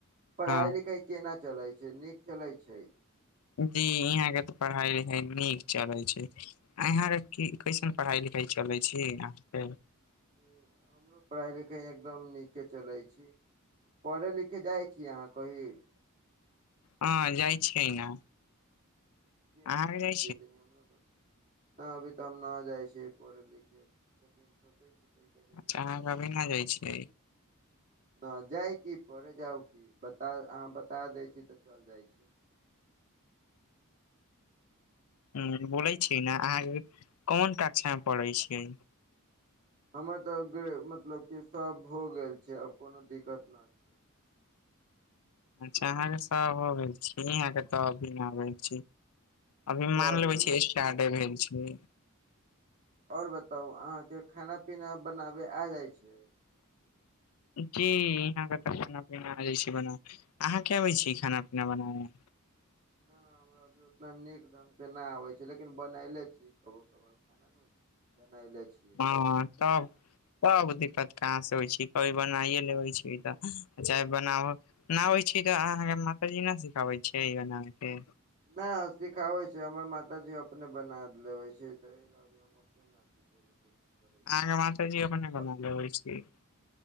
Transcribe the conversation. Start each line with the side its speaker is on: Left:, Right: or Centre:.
Right: पढ़ाइ
Left: हँ
Right: लिखाइ केना चलै छै नीक चलै छै।
Left: जी यहाँ के तऽ पढ़ाई लिखाई नीक चलै छै। अहाँ के कइसन पढ़ाइ लिखाइ चलै छै अहाँके।
Right: जी हमरो पढ़ाइ लिखाइ एकदम नीके चलैत छै। पढ़ै लिखै जाए छी अहाँ कही।
Left: हँ जाए छियै ने। अहाँके
Right: केने जाए
Left: जाइ
Right: छियै तनि हमरो पर न अभी तऽ हम नै जाए छियै पढ़े लिखे लेकिन सोचै छी तैय के दिन
Left: अच्छा
Right: मे
Left: अहाँके
Right: जाइ
Left: अभी
Right: छी
Left: न
Right: पढ़
Left: छियै
Right: नहि जाइ की पड़ै जाउ की बता अहाँ बता दै छी तऽ चलि जाइ छी
Left: ह बोलै छी ने अहाँके कोन कक्षा मे पढ़ै छियै
Right: हमर तऽ मतलब क सब भ गेल छै आब कोनो दिक्कत न छै
Left: अच्छा अहाँके सब हो गेल छी अहाँके त अभी न
Right: जे
Left: आबै छी
Right: हम
Left: अभी मान
Right: पढ़
Left: लेबे
Right: लेले
Left: छी स्टार्डे
Right: छियै
Left: भेल छी
Right: ओर बताउ अहाँके खाना पीना बनाबै आब जाए छै
Left: जी यहाँ के तऽ खाना पीना आ जाए छै बनाबै अहाँ के अबै छै खाना पीना बनावै
Right: नहि हमरा अभी उतना नीक ढंग से नहि आबै छै लेकिन बनले छी कबो कबार खाना बनाय ले छी
Left: हँ तब तब दिक्कत कहाँसँ होइ छै कभी बनाइए लेबै छै तऽ चाहे बनाबक नाबै छी तऽ अहाँके माता जी नहि सिखाबै छै बना के
Right: नै सिखाबै छै हमर माताजी अपने बना लेबे छै त ल अपने न सीखैके कोशिश करै
Left: अहाँके
Right: छियै
Left: माताजी
Right: लेकिन
Left: अपने
Right: हम
Left: बना लेबै छी